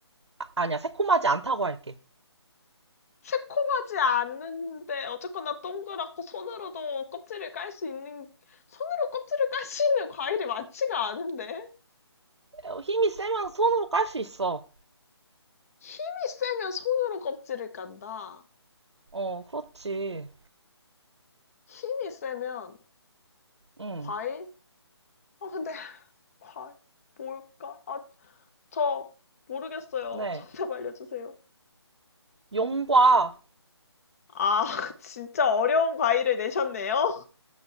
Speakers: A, on the right; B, on the left.
A: 아, 아니야. 새콤하지 않다고 할게.
B: 새콤하지 않은데 어쨌거나 동그랗고 손으로도 껍질을 깔 수 있는 손으로 껍질을 깔 수 있는 과일이 많지가 않은데
A: 어, 힘이 세면 손으로 깔 수 있어.
B: 힘이 세면 손으로 껍질을 깐다.
A: 어, 그렇지.
B: 힘이 세면
A: 응,
B: 과일? 아 근데 <laughs> 과일 뭘까? 아 저 모르겠어요.
A: 네.
B: 정답 알려주세요.
A: 용과.
B: 아 <laughs> 진짜 어려운 과일을 내셨네요.